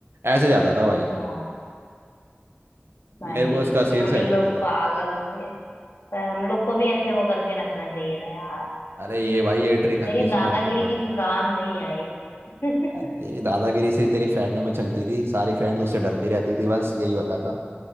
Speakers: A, on the right; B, on the left.
A: ऐसे जाता था भाई
B: वाह भाई
A: मेरे को इसका सीन
B: हम
A: सही
B: ही
A: लगता
B: लोग
A: था
B: पागल थे पर हम लोग को भी ऐसे वो करके रखना चाहिए था यार
A: अरे ये भाई ये ट्रिक हर
B: मेरी
A: किसी
B: दादागिरी
A: को नहीं पता
B: किसी काम नहीं आई <laughs>
A: अरे तेरी दादागिरी सिर्फ तेरी फ्रेंडों में चलती थी सारी फ्रेंड्स उससे डरती रहती थी बस यही होता था